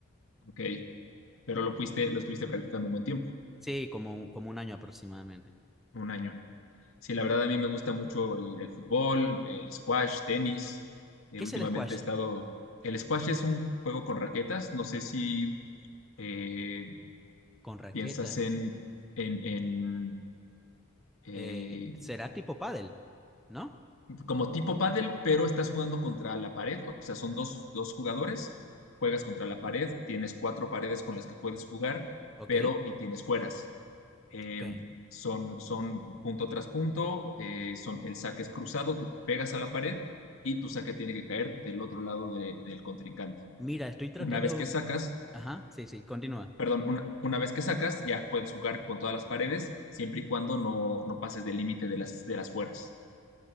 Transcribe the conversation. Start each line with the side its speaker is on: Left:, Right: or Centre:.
Left: ok, pero lo fuiste, lo estuviste practicando un buen tiempo,
Centre: Sí, como, un- como un año aproximadamente.
Left: un año. Sí, la verdad a mí me gusta mucho el, el fútbol, eh, squash, tenis. Eh,
Centre: ¿Qué
Left: últimamente
Centre: es el squash?
Left: he estado... El squash es un juego con raquetas. No sé si eh,
Centre: Con raqueta.
Left: piensas en, en, en, eh,
Centre: Eh, será tipo pádel, ¿no?
Left: como tipo pádel, pero estás jugando contra la pared. O sea, son dos, dos jugadores, juegas contra la pared, tienes cuatro paredes con las que puedes jugar,
Centre: Ok,
Left: pero y tienes fueras. eh,
Centre: ok.
Left: son, son punto tras punto, eh, son, el saque es cruzado, tú pegas a la pared y tu saque tiene que caer del otro lado de- del contrincante.
Centre: Mira, estoy tratando
Left: Una vez
Centre: de...
Left: que
Centre: bu-
Left: sacas,
Centre: Ajá, sí, sí, continúa.
Left: perdón, una, una vez que sacas, ya puedes jugar con todas las paredes, siempre y cuando no, no pases del límite de las, de las fueras.